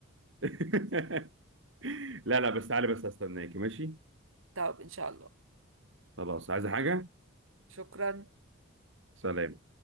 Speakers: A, on the right; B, on the right.
A: <laughs> لا لا بس تعالي بس هستناكي ماشي
B: طب ان شاء الله
A: خلاص عايزه حاجه
B: شكرا
A: سلام